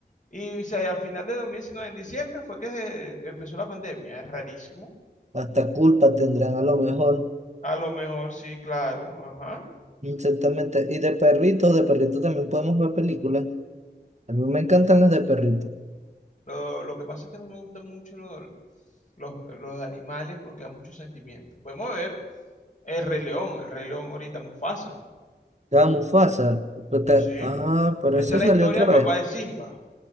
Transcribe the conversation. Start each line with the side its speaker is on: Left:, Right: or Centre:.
Left: y se- al final de 2019 en diciembre, fue que se empezó la pandemia. Es rarísimo.
Right: hasta culpa tendrán a lo mejor,
Left: A lo mejor sí, claro, ajá.
Right: exactamente. Y de perritos, de perritos también podemos ver películas. A mí me encantan las de perritos.
Left: Lo, lo que pasa es que no me gustan mucho los los, los animales porque da mucho sentimiento. Podemos ver el Rey León, el Rey León ahorita, Mufasa,
Right: La Mufasa, pero te-
Left: ¿sí?
Right: ah, pero
Left: Esa
Right: esa
Left: es la
Right: salió
Left: historia
Right: otra
Left: del
Right: vez.
Left: papá de Simba.